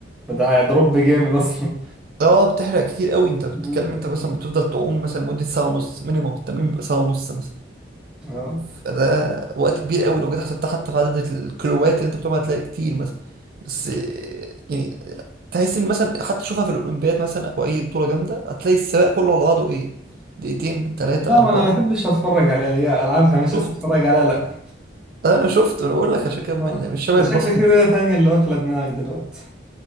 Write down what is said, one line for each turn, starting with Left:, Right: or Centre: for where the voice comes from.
Centre: فده دروب جامد اصلا
Right: اه بتحرق كتير قوي انت بتتكلم
Centre: مم.
Right: انت مثلا بتفضل تعوم مثلا مدة ساعة ونص مينيموم التمرين بيبقى ساعة ونص مثلا
Centre: <laughs> اه
Right: فده وقت كبير قوي لو جيت حسبتها حتى في عدد الكيلوات اللي انت بتقوم هتلاقي كتير مثلا بس آه، يعني تحس ان مثلا حتى شوفها في الاولمبياد مثلا او اي بطولة جامدة هتلاقي السباق كله على بعضه ايه دقيقتين ثلاثة
Centre: لا
Right: أربعة
Centre: ما انا ما بحبش اتفرج عليها هي العابها مش
Right: شفت
Centre: بس اتفرج عليها لا
Right: اه انا شفت انا بقول لك عشان كده ممل
Centre: آه،
Right: مش شبه
Centre: ده
Right: الباسكت
Centre: شكلي في ليلة تانية اللي واكلة دماغك دلوقتي